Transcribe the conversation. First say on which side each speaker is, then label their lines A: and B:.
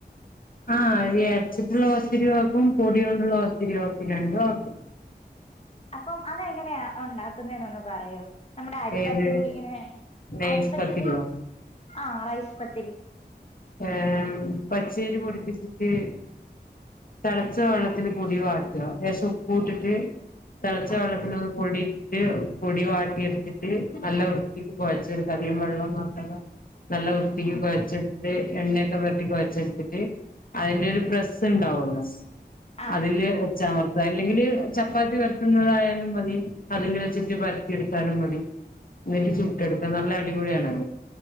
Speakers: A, on the left (about 55°); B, on the left (about 35°).
A: ആ അരി അരച്ചിട്ടുള്ള പത്തിരിയും ആക്കും പൊടി കൊണ്ടുള്ള പത്തിരിയും ആക്കും രണ്ടും ആക്കും
B: അപ്പം അതെങ്ങനെയ ഉണ്ടാക്കുന്ന എന്നൊന്ന് പറയോ നമ്മുടെ അരിപ്പത്തിരി
A: ഏത്
B: ഇങ്ങനെ
A: നൈസ്
B: അരിപ്പത്തിരി
A: പത്തിരിയോ
B: ആ റൈസ് പത്തിരി
A: ഏ പച്ചരി പൊടിപ്പിച്ചിട്ട് തിളച്ച വെള്ളത്തിൽ പൊടി വാട്ടുക ലേശം ഉപ്പും ഇട്ടിട്ട് തിളച്ച
B: ആഹ്
A: വെള്ളത്തിലൊന്നു പൊടി എന്നിട്ട് പൊടി വാട്ടി എടുത്തിട്ട് നല്ല വൃത്തിക്ക് കുഴച്ചെടുക്ക അധികം വെള്ളം ഒന്നും ആക്കാതെ നല്ല വൃത്തിക്ക്
B: ആഹ്
A: കുഴച്ചെടുത്ത എണ്ണെക്ക വഴറ്റി കൊഴച്ചടുത്തിട്ട് അതിന്റെരു പ്രസ്സ് ഉണ്ടാവല്ലോ
B: ആഹ്
A: അതില് വെച്ചമർത്തുക അല്ലെങ്കില് ചപ്പാത്തി വരത്തുന്നതായാലും മതി അതില് വെച്ചിട്ട് പരത്തി എടുത്താലും മതി എന്നിട്ട് ചുട്ടടുക്ക നല്ല അടിപൊളിയാണത്